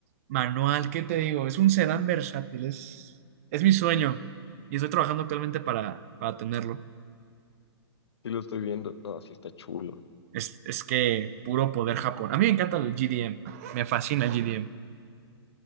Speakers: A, on the right; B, on the left.
A: manual, ¿qué te digo? Es un sedán versátil, es, es mi sueño y estoy trabajando actualmente para, para tenerlo.
B: Sí lo estoy viendo. No, sí está chulo.
A: Es, es que puro poder Japón. A mí me encanta el GDM, me fascina el GDM.